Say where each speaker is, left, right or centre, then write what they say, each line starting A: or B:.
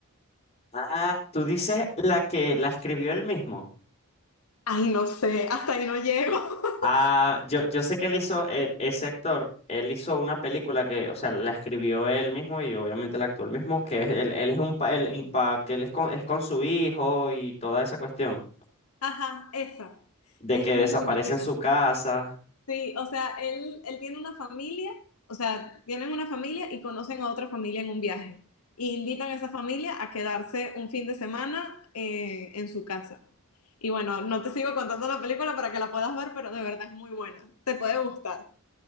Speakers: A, on the left (about 30°); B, on the left (about 80°).
A: Ah, tú dices la que la escribió él mismo.
B: Ay, no sé, hasta ahí no llego. <laughs>
A: Ah, yo, yo sé que él hizo, el- ese actor, él hizo una película que, o sea, la escribió él mismo y obviamente la actuó él mismo, que es- él, él es un pa, él- el pa- que él es con, es con su hijo y toda esa cuestión,
B: Ajá, esa.
A: de
B: Es
A: que desaparece
B: muy buena.
A: en su casa.
B: Sí, o sea, él, él tiene una familia, o sea, tienen una familia y conocen a otra familia en un viaje. Y invitan a esa familia a quedarse un fin de semana eh, en su casa. Y bueno, no te sigo contando la película para que la puedas ver, pero de verdad es muy buena. Te puede gustar.